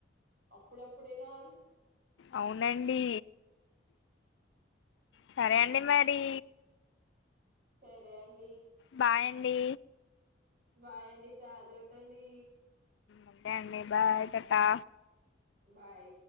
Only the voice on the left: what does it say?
అవునండి సరే అండి మరి
బాయ్ అండి
ఒకే అండి బాయ్ టాటా